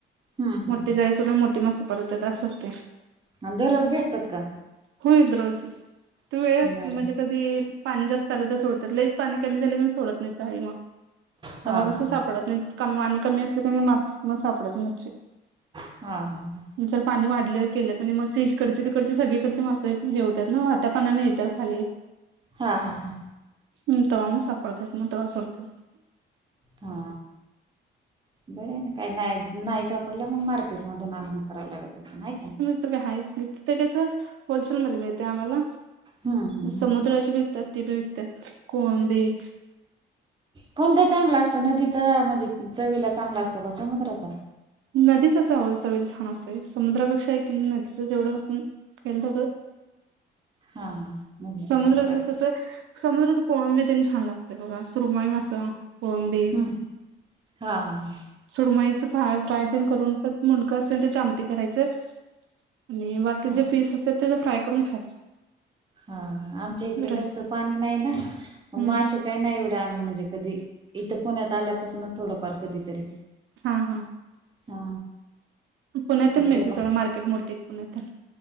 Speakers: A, on the right (about 25°); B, on the right (about 80°).
A: हम्म हम्म
B: मोठी जाळी सोड की मोठी मासे पडतात अस असते
A: आणि दररोज भेटतात का?
B: होय रोज तू वेळ असत
A: बरं
B: म्हणजे कधी पाणी जास्त आलं तर सोडतात लईच पाणी कमी झाले पण सोडत नाहीत जाळी मग
A: हा
B: तेव्हा कसं
A: हा हा
B: सापडत नाही. क आणि कमी असल्या की मास मग सापडत मच्छी
A: हा हाहा....
B: जर पाणी वाढल? केलं क मासे हीकडचे तिकडचे सगळीकडचे मासे हे होतात ना वाहात्या पानाने येतात खाली
A: हा हा हा...
B: हम्म तवा म सापडतात मग तवा सोडतात
A: हा बर ना काय नाही नाही साप डल्या मग मार्केट मधून आणनून करावं लागत असंन हाय का नाही
B: ते तर काय आहेच नाही तर ते कस होलसेलमध्ये मिळते आम्हाला
A: हम्म हम्म हम्म
B: समुद्राचे विकतात बेबी विकत्यात कोळंबी
A: कोणता चांगला असतो नदीचा म्हणजे चवीला चांगला असतो का समुद्राचा?
B: नदीच चव चवीला छान असत समुद्रापेक्षा आहे की नदीच जेवढं वेलदोड
A: हा हा.. नदीचा
B: समुद्राच
A: चांगला असतो
B: कसं समुद्राचं कोळंबी तेन छान लागत बघा सुरमाई मासा. कोळंबी
A: हम्म हा हा हा
B: सुरमाईच फ्राय फ्राय ते करून पण मुंडकं असतील तेच्या आमटी करायचं आणि बाकी
A: हा
B: जे फीस असतात ते फ्राय करून खायचं
A: हा हा आमच्या इकडे
B: रस
A: जास्त पाणी नाही ना मग
B: हम्म
A: मासे काही नाही एवढे आम्ही म्हणजे कधी इथं पुण्यात आल्यापासूनच थोडंफार कधीतरी
B: हा हा..
A: हा..
B: पुण्यातून
A: ते
B: मिळते
A: ते बा
B: थोडं मार्केट मोठी पुण्यातून